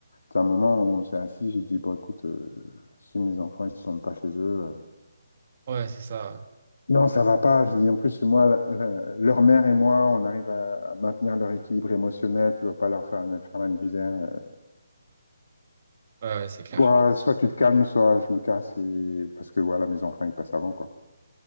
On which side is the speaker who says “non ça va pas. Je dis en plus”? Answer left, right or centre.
Left